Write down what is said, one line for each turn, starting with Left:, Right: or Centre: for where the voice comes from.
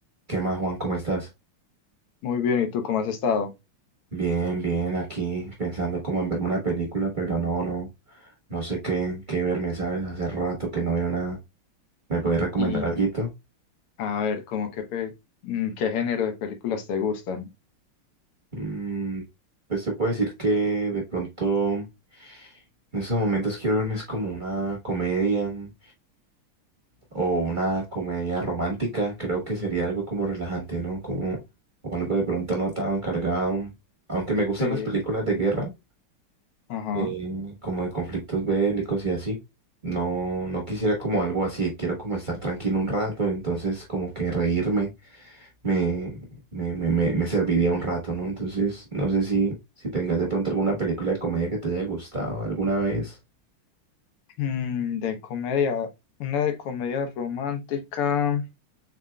Right: ¿Qué más, Juan? ¿Cómo estás?
Left: Muy bien, ¿y tú cómo has estado?
Right: Bien, bien, aquí pensando como en verme una película, pero no, no, no sé qué, qué verme, ¿sabes? Hace rato que no veo nada. ¿Me puedes recomendar
Left: Y
Right: alguito?
Left: a ver, cómo qué, pe- mm, qué género de películas te gustan?
Right: Mm, pues te puedo decir que de pronto en estos momentos quiero verme es como una comedia mm, o una comedia romántica. Creo que sería algo como relajante, ¿no? Como o algo de pronto no tan cargado. Aunque me gustan
Left: Sí.
Right: las películas de guerra.
Left: Ajá.
Right: eh, como de conflictos bélicos y así. No, no quisiera como algo así, quiero como estar tranquilo un rato, entonces como que reírme me, me, me, me, me serviría un rato, ¿no? Entonces, no sé si, si tengas de pronto alguna película de comedia que te haya gustado alguna vez.
Left: Mm, de comedia, una de comedia romántica.